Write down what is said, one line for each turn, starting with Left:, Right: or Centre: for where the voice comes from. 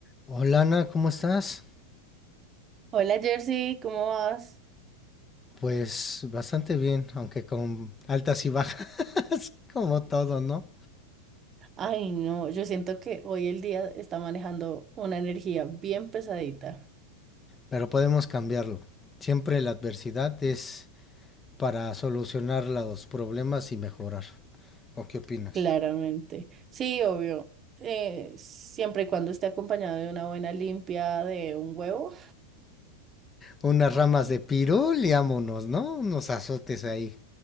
Left: Hola Ana, ¿cómo estás?
Right: Hola Jersey, ¿cómo vas?
Left: Pues bastante bien, aunque con altas y bajas, <laughs> como todo, ¿no?
Right: Ay, no, yo siento que hoy el día está manejando una energía bien pesadita,
Left: Pero podemos cambiarlo. Siempre la adversidad es para solucionar los problemas y mejorar. ¿O qué opinas?
Right: claramente. Sí, obvio. eh, siempre y cuando esté acompañado de una buena limpia de un huevo,
Left: Unas ramas de pirul y ámonos, ¿no? Unos azotes ahí.